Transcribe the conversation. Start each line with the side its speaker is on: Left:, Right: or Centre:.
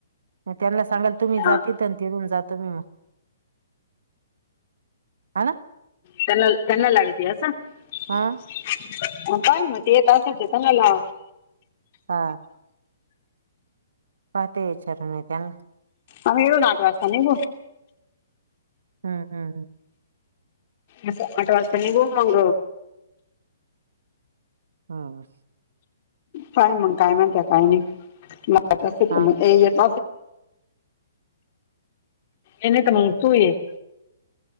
Right: त्यांना सांगाल तुम्ही
Left: हा
Right: जातेथ तिरून जातो मी मग हना
Left: त्यांन त्यांना लाग तयास अ
Right: हा
Left: काय म येत स जेतंगला
Right: हा पा ते विचार नाही त्यां
Left: आ हळू नाट वाता नघ
Right: हम्म हम्म हम्म
Left: असं आठ वाजता निघ मग
Right: हम्
Left: काय मग काय म्हण त्या काही नाही अस तर
Right: हा
Left: मग येत मने तर मगतो एक